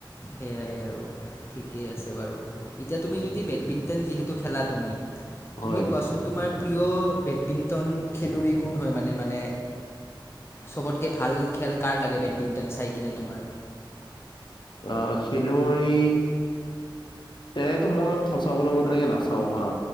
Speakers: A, on the left; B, on the left.
A: সেয়াই আৰু ঠিকেই আছে বাৰু এতিয়া তুমি যদি বেডমিণ্টন যিহেতু খেলা তুমি
B: হয়
A: তুমি কোৱাচোন তোমাৰ প্ৰিয় বেডমিণ্টন খেলুৱৰি কোন হয় মানে মানে চবতকে ভাল খেল কাৰ লাগে বেডমিণ্টন চাই কিনি তোমাৰ
B: অ খেলুৱৈ তেনেকেতো মই সঁচা ক'ব গলে তেনেকে নাচাওঁ হা